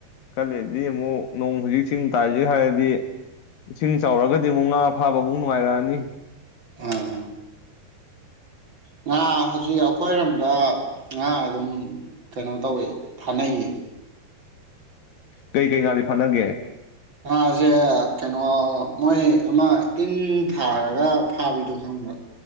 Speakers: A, on the left; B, on the right.
A: ꯈꯔꯂꯩꯔꯗꯤ ꯑꯃꯨꯛ ꯅꯣꯡ ꯍꯧꯖꯤꯛꯏꯁꯤꯡ ꯇꯥꯏꯁꯤꯒ ꯍꯥꯏꯔꯗꯤ ꯏꯁꯤꯡ ꯆꯥꯎꯔꯛꯑꯒꯗꯤ ꯑꯃꯨꯛ ꯉꯥ ꯐꯥꯕꯃꯨꯛ ꯅꯨꯡꯉꯥꯏꯔꯛꯑꯅꯤ
B: ꯑꯥ ꯉꯥ ꯍꯧꯖꯤꯛ ꯑꯩꯈꯣꯏꯔꯣꯝꯗ ꯉꯥ ꯑꯗꯨꯝ ꯀꯩꯅꯣ ꯇꯧꯏ ꯐꯥꯟꯅꯩꯌꯦ
A: ꯀꯩ ꯀꯩ ꯉꯥꯗꯤ ꯐꯥꯟꯅꯒꯦ
B: ꯉꯥꯁꯦ ꯀꯩꯅꯣ ꯃꯣꯏ ꯑꯃ ꯏꯟ ꯊꯥꯔꯒ ꯐꯥꯕꯤꯗꯣ ꯈꯪꯕ꯭ꯔꯣ